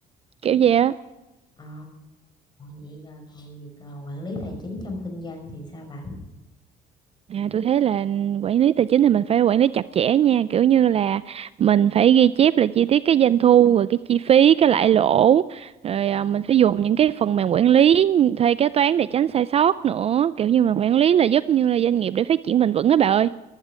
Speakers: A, on the right (about 40°); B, on the left (about 25°).
A: kiểu vậy á.
B: ồ, vậy là còn việc ờ, quản lý tài chính trong kinh doanh thì sao bà?
A: À, tôi thấy là quản lý tài chính thì mình phải quản lý chặt chẽ nha kiểu như là mình phải ghi chép là chi tiết cái doanh thu rồi cái chi phí cái lãi lỗ rồi à, mình phải dùng những cái phần mềm quản lý thuê kế toán để tránh sai sót nữa kiểu như mà quản lý là giúp như là doanh nghiệp để phát triển bền vững á bà ơi